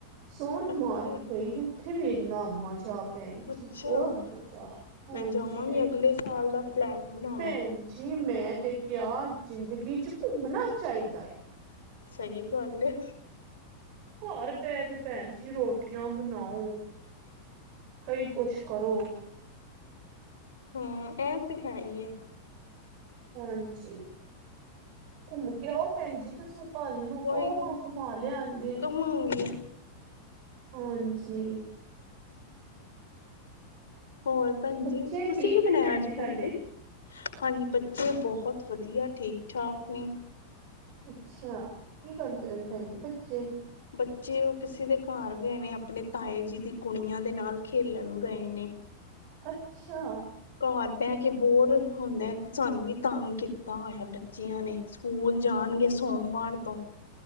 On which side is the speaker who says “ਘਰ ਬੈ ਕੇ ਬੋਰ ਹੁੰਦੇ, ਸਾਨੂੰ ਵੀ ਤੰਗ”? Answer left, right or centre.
Left